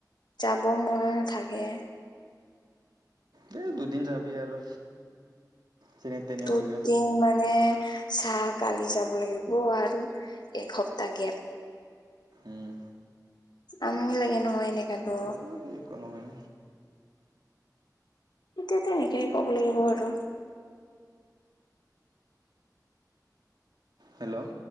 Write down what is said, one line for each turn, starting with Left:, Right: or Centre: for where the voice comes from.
Left: যাব মন থাকে।
Right: তেই দুদিন যাবি আৰু। যেনে তেনে
Left: দুদিন
Right: হ'লেও
Left: মানে চা কালি যাব লাগিব আৰু এসপ্তাহ গেপ।
Right: উম
Left: আমনি লাগে নহয় এনেকাতো।
Right: হ'ব দে একো নহয়
Left: এতিয়াটো এনেকাই কব লাগিব আৰু।
Right: হেল্ল'